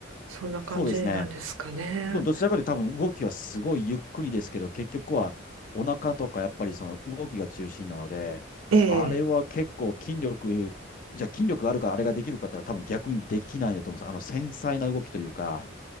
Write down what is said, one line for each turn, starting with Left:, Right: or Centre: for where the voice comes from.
Right: そんな感じなんですかね。
Left: そうですね。どどちらかというと多分動きはすごいゆっくりですけど、結局はお腹とかやっぱりその動きが中心なので、
Right: ええ、
Left: あれは結構筋力、じゃあ筋力があるからあれができるかって言ったら多分逆にできないんだと思うんです。あの繊細な動きというか、